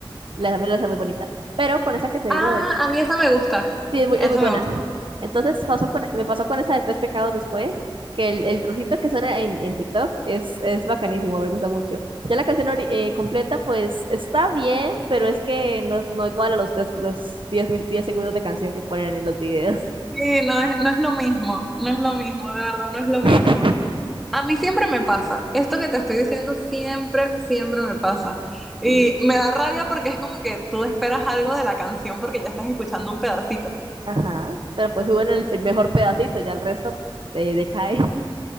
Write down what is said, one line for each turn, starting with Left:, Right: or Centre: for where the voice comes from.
Right: Y la también la hace muy bonita. Pero con esa que te digo
Centre: Ah,
Right: de,
Centre: a mí esa me gusta,
Right: sí, es muy,
Centre: esa
Right: es muy buena.
Centre: me gusta.
Right: Entonces pasó con- me pasó con esa de Tres Pecados después, que el, el trocito que suena en, en TikTok es, es bacanísimo, me gusta mucho. Ya la canción ori- eh, completa, pues está bien, pero es que no, no igual a los, tres, los 10 min- 10 segundos de canción que ponen en los videos.
Centre: Sí, no es, no es lo mismo, no es lo mismo, de verdad, no es lo
Right: <laughs>
Centre: mismo. A mí siempre me pasa. Esto que te estoy diciendo siempre, siempre me pasa. Y
Right: Sí,
Centre: me da rabia porque es como que tú esperas algo de la canción porque ya estás escuchando un pedacito. <laughs>
Right: ajá. Pero pues suben el, el mejor pedacito, ya el resto eh, decae.